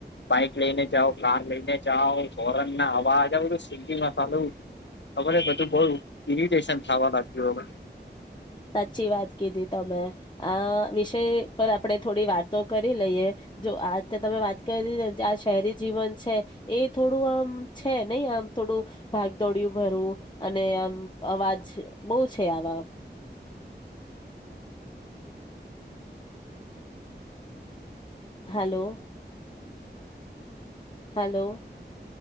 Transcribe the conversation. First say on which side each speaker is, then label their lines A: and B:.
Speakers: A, on the left (about 80°); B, on the left (about 25°).
A: બાઈક લઈને જાઓ કાર લઈને જાઓ હોરન ના અવાજ આવ બધ સીટી સાલુ હવરે બધું બઉ ઇરિટેશન થાવા લાગ્યુ હવે.
B: સાચી વાત કીધી તમે આ વિષય પર આપણેે થોડી વાતો કરી લઈએ. જો આત તમે વાત કરીને જે આ શહેરી જીવન છે એ થોડું આમ છે નહી આમ. થોડું ભાગ દોડ્યું ભરું અને આમ અવાજ બહુ છે આવા. હલો. હલો.